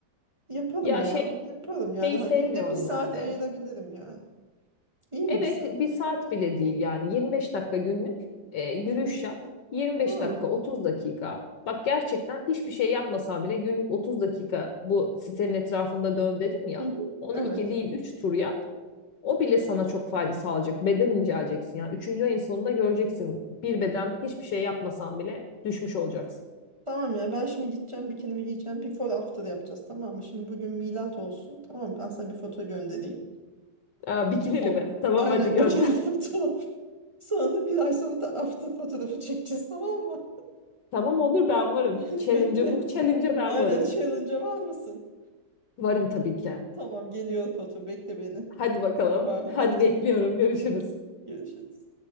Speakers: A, on the right; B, on the left.
A: Yaparım
B: Ya
A: ya.
B: şey
A: Yaparım yani.
B: şeyi
A: Ha,
B: sevmiyorum
A: günde bir saat
B: ben de.
A: ayırabilirim yani. İyi
B: Evet,
A: mi bir saat?
B: bir saat bile değil yani 25 dakika günlük e, yürüyüş
A: Hı hı.
B: yap. 25
A: Ha.
B: dakika, 30 dakika. Bak gerçekten hiçbir şey yapmasan bile günlük 30 dakika bu sitenin etrafında dön dedim ya.
A: Hı hı.
B: Onu
A: Evet.
B: iki değil 3 tur yap. O bile sana çok fayda sağlayacak. Beden inceleyeceksin yani. Üçüncü ayın sonunda göreceksin. Bir beden hiçbir şey yapmasan bile düşmüş olacaksın.
A: Tamam ya ben şimdi gideceğim bikinimi giyeceğim. Before after yapacağız tamam mı? Şimdi bugün milat olsun. Tamam mı? ben sana bir foto göndereyim.
B: Aa, bikinili
A: Before.
B: mi? <laughs> Tamam
A: Aynen
B: hadi gönder.
A: bikinili fotoğraf. <laughs> Sonra bir ay sonra da after fotoğrafı çekeceğiz tamam mı?
B: <laughs> Tamam olur ben varım.
A: <laughs>
B: Challenge'a
A: Bekle.
B: bu challenge'a ben
A: Aynen
B: varım.
A: challenge'a var mısın?
B: Varım tabii ki.
A: Tamam geliyor foto. Bekle beni.
B: Hadi bakalım.
A: Var
B: Hadi
A: hadi.
B: bekliyorum. Görüşürüz.
A: <laughs> Görüşürüz.